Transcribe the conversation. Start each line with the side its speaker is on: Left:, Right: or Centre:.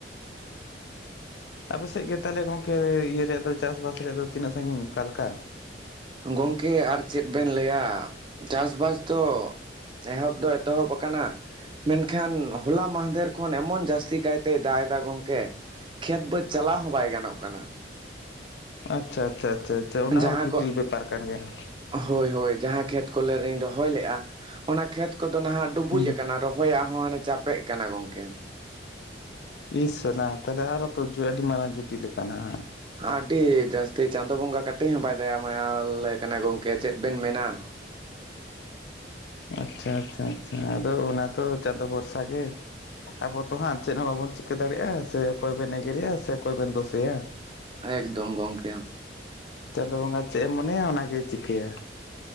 Left: ᱟᱯᱮ ᱥᱮᱫ ᱜᱮ ᱛᱟᱞᱦᱮ ᱜᱚᱝᱠᱮ ᱤᱭᱟᱹ ᱨᱮᱭᱟᱜ ᱫᱚ ᱪᱟᱥᱵᱟᱥ ᱨᱮᱭᱟᱜ ᱫᱚ ᱛᱤᱱᱟᱹᱜ ᱥᱟᱺᱜᱤᱧ ᱚᱠᱟ ᱞᱮᱠᱟ?
Right: ᱜᱚᱝᱠᱮ ᱟᱨ ᱪᱮᱜ ᱵᱮᱱ ᱞᱟᱹᱭᱟ ᱪᱟᱥᱵᱟᱥ ᱛᱚ ᱮᱦᱚᱵ ᱫᱚ ᱮᱛᱚᱦᱚᱵ ᱟᱠᱟᱱᱟ ᱢᱮᱱᱠᱷᱟᱱ ᱦᱚᱞᱟ ᱢᱟᱫᱷᱮᱨ ᱠᱷᱚᱱ ᱮᱢᱚᱱ ᱡᱟᱹᱥᱛᱤ ᱠᱟᱭᱛᱮ ᱫᱟᱜ ᱮᱫᱟ ᱜᱚᱝᱠᱮ ᱠᱷᱮᱛ ᱵᱟᱹᱫᱽ ᱪᱟᱞᱟᱣ ᱦᱚᱸ ᱵᱟᱭ ᱜᱟᱱᱚᱜ ᱠᱟᱱᱟ ᱾
Left: ᱟᱪᱪᱷᱟ ᱟᱪᱪᱷᱟ ᱟᱪᱪᱟᱷᱚ ᱚᱱᱟ
Right: ᱡᱟᱦᱟᱸ
Left: ᱦᱚᱸ ᱡᱚᱴᱤᱞ
Right: ᱠᱚ
Left: ᱵᱮᱯᱟᱨ ᱠᱟᱱ ᱜᱮᱭᱟ ᱾
Right: ᱦᱳᱭ ᱦᱳᱭ ᱡᱟᱦᱟᱸ ᱠᱷᱮᱛ ᱠᱚᱞᱮ ᱨᱤᱧ ᱨᱚᱦᱚᱭ ᱞᱮᱜᱼᱟ ᱚᱱᱟ ᱠᱷᱮᱛ ᱠᱚᱫᱚ ᱱᱟᱦᱟᱜ ᱰᱩᱵᱩᱡ
Left: ᱦᱩᱸ
Right: ᱟᱠᱟᱱᱟ ᱨᱚᱦᱚᱭ ᱾ ᱦᱚᱦᱚᱭᱟᱜ ᱦᱚᱸ ᱦᱟᱱᱮ ᱪᱟᱯᱮᱜ ᱠᱟᱱᱟ ᱜᱚᱝᱠᱮ ᱾
Left: ᱤᱥ ᱥᱟᱞᱟ ᱛᱟᱦᱞᱮ ᱟᱨ ᱦᱚᱛᱚ ᱟᱹᱰᱤ ᱢᱟᱨᱟᱝ ᱡᱩᱴᱤᱞ ᱠᱟᱱᱟ ᱦᱟᱸᱜ ᱾
Right: ᱟᱹᱰᱤ ᱡᱟᱹᱥᱛᱤ ᱪᱟᱸᱫᱳ ᱵᱚᱸᱜᱟ ᱠᱟᱹᱴᱤᱡ ᱦᱚᱸ ᱵᱟᱭ ᱫᱟᱭᱟ ᱢᱟᱭᱟᱞᱮ ᱠᱟᱱᱟ ᱜᱚᱢᱠᱮ ᱪᱮᱫ ᱵᱮᱱ ᱢᱮᱱᱟ ᱾
Left: ᱟᱪᱪᱷᱟ ᱟᱪᱪᱷᱟ ᱟᱪᱪᱷᱟ ᱟᱫᱚ ᱚᱱᱟ ᱛᱚ ᱪᱟᱸᱫᱚ ᱵᱷᱚᱨᱥᱟ ᱜᱮ ᱾ ᱟᱵᱚ ᱛᱚ ᱦᱟᱸᱜ ᱪᱮᱜ ᱦᱚᱸ ᱵᱟᱵᱚᱱ ᱪᱤᱠᱟᱹ ᱫᱟᱲᱮᱭᱟᱜᱼᱟ ᱥᱮ ᱚᱠᱚᱭ ᱵᱮᱱ ᱮᱜᱮᱨᱮᱭᱟ ᱥᱮ ᱚᱠᱚᱭ ᱵᱮᱱ ᱫᱳᱥᱮᱭᱟ
Right: ᱮᱠᱫᱚᱢ ᱜᱚᱝᱠᱮ
Left: ᱪᱟᱸᱫᱳ ᱵᱚᱸᱜᱟ ᱪᱮᱜ ᱮᱢ ᱢᱚᱱᱮᱭᱟ ᱚᱱᱟᱜᱮᱭ ᱪᱤᱠᱟᱹᱭᱟ ᱾